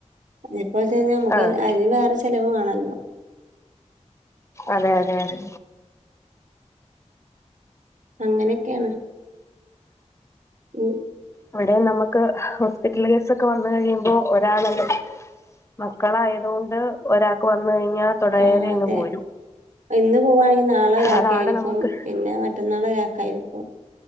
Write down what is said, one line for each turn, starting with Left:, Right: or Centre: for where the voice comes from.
Right: ഇപ്പോൾ തന്നെ നമുക്ക്
Left: ആഹ്
Right: അതിന് വേറെ ചെലവ് വേണല്ലോ
Left: അതെ അതെ അതെ
Right: അങ്ങനെയൊക്കെയാണ് ഉം
Left: ഇവിടെ നമുക്ക് ഹോസ്പിറ്റൽ കേസ് ഒക്കെ വന്ന കഴിയുമ്പോ ഒരാളല്ല മക്കളായതുകൊണ്ട് ഒരാൾക്ക് വന്ന കഴിഞ്ഞാൽ തുടരെ
Right: ആഹ്
Left: അങ്ങ്
Right: അതെ
Left: പോരും
Right: ഇന്ന് പോവവാണെങ്കിൽ നാളെ ഒരാക്ക്
Left: അതാണ്
Right: ആയിരിക്കും
Left: നമുക്ക്
Right: പിന്നെ മറ്റ് പെന്നാള് ഒരാക്കായിരിക്കും